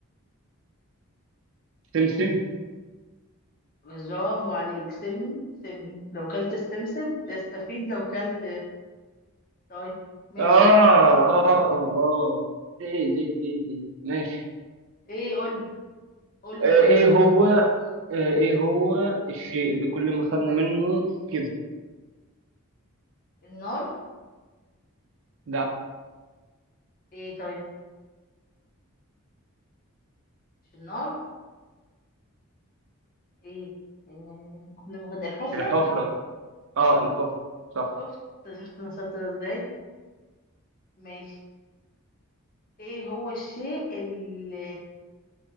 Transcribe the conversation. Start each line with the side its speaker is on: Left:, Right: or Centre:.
Right: سمسم
Left: برافو عليك سم سم لو كلت السمسم تستفيد لو كلت طيب ماشي
Right: اه
Left: شاطر
Right: اه اه ايه دي دي دي ماشي
Left: ايه قول قول لي
Right: آه
Left: سؤال
Right: ايه هو آه ايه هو الشيء اللي كل ما خدنا منه كده
Left: النار
Right: لا
Left: ايه طيب مش النار ايه آه، كل ما خد الحفرة
Right: الحفرة اه الحفرة صح
Left: شفت شفت انا شاطرة ازاي ماشي ايه هو الشيء اللي